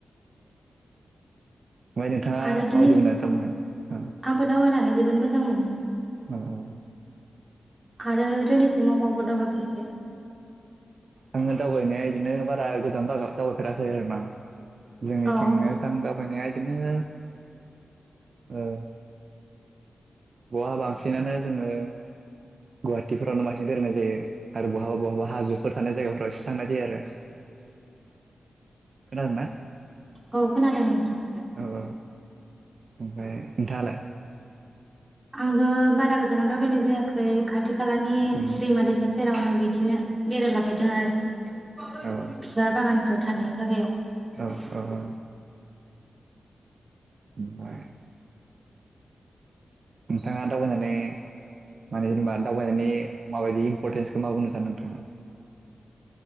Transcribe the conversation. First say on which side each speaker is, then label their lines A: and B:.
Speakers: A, on the right; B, on the right.
A: औ नोंथाङा
B: आरो
A: माबायदि
B: दिनैसिम
A: मोनो दावबायनानै औ
B: आंबो दावबायनानै जोबोद मो मोजां मोनो।
A: औ औ
B: आरो दिनैसिमाव अबाव अबाव दावबायफेरखो?
A: आङो दावबायनाया इदिनो बारा गोजानाव दावबायफेराखै आरो ना। जोंनि
B: औ
A: थिंनो सानदाब बायनाया इदिनो ओ बहा बांसिनानो जोङो गुवाहाटिफोरावनो बांसिन बेरायनाय जायो आरो बहाबा बहाबा हाजोफोर थानाय जायगाफोराव एसे थांनाय जायो आरो। खोनादोंना
B: औ औ खोनादों नोंथां।
A: औ औ ओमफ्राय नोंथाङालाय?
B: आंबो बारा गोजानाव दावबायनाय जायाखै खाथि खाथि खालानि
A: उम
B: दैमा दैसा सेरावनो बिदिनो बेरायला बायदों आरो
A: औ
B: बिबार बागानफोर थानाय जागायाव।
A: औ औ ओमफ्राय नोंथाङा दावबायनानै माने जेनेबा दावबायनायनि माबायदि इम्परटेन्सखौ मा बुंनो सानो नोंथाङा?